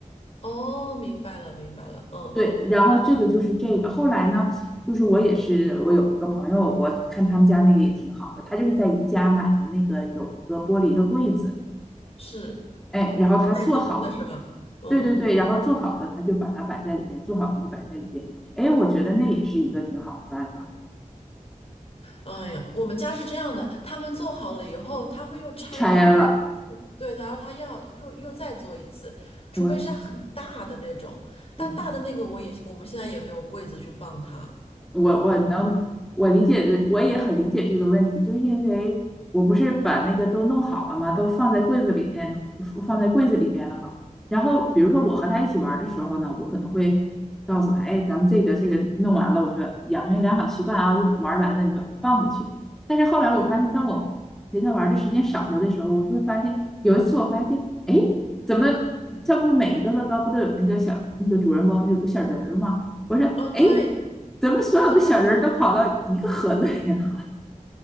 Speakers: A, on the left (about 45°); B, in the centre.
A: 哦，明白了，明白了，嗯嗯，
B: 对，然后这个就是这个。后来呢，就是我也是，我有一个朋友，我看他们家那个也挺好的，他就是在宜家买的那个有一个玻璃的柜子，
A: 是
B: 哎，然后他做好
A: 还带灯的是吗？嗯，
B: 对对对，然后做好的他就把它摆在里边，做好的就摆在里边。哎，我觉得那也是一个挺好的办法。
A: 哎呀，我们家是这样的，他们做好了以后，他会又拆掉，
B: 拆了，
A: 然后对，然后他要又又再做一次，除非是它很大的那种，
B: 是吧？
A: 但大的那个我也我们现在也没有柜子去放它，
B: 嗯，我我能我理解的，
A: 嗯
B: 我也很理解这个问题，就是因为我不是把那个都弄好了吗？都放在柜子里边，放在柜子里边了吗？然后比如说我和他一起玩儿的时候呢，我可能会告诉他，哎，咱们这个这个弄完了，我说养成一良好习惯啊，会玩儿完了你把它放回去。但是后来我发现，
A: 嗯，
B: 当我陪他玩儿的时间少了的时候，我就会发现，有一次我发现，哎，怎么这不每一个乐高不都有那个小那个主人翁就有个小人儿吗？我说，
A: 哦对，
B: 哎，怎么所有的小人儿都跑到一个盒子里了？
A: 小人不见了，